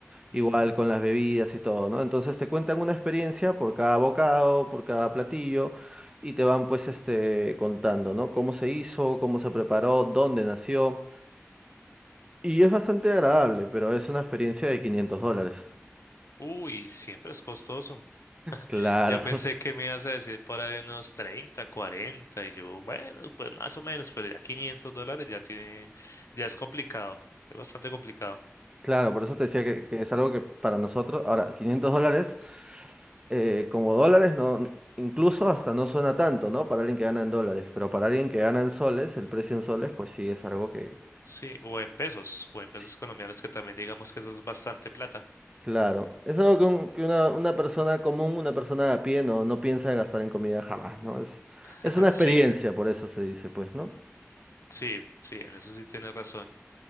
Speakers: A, on the right; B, on the left.
A: Igual
B: ujú.
A: con las bebidas y todo, ¿no? Entonces te cuentan una experiencia por cada bocado, por cada platillo y te van pues este contando, ¿no? Cómo se hizo, cómo se preparó, dónde nació. Y es bastante agradable, pero es una experiencia de 500 dólares.
B: Uy, siempre es costoso.
A: Claro.
B: Yo pensé que me ibas a decir por ahí unos 30, 40. y yo, bueno, pues más o menos, pero ya 500 dólares ya tiene, ya es complicado, es bastante complicado.
A: Claro, por eso te decía que, que es algo que para nosotros, ahora, 500 dólares, eh, como dólares, no, incluso hasta no suena tanto, ¿no? Para alguien que gana en dólares, pero para alguien que gana en soles, el precio en soles, pues sí, es algo que,
B: Sí, o en pesos, o en pesos
A: sí,
B: colombianos, que también digamos que eso es bastante plata.
A: claro, es algo que, un- que una, una persona común, una persona a pie, no, no piensa en gastar en comida jamás, ¿no? Es,
B: <laughs>
A: es una experiencia,
B: Sí,
A: por eso se dice, pues, ¿no?
B: sí, sí, en eso sí tienes razón.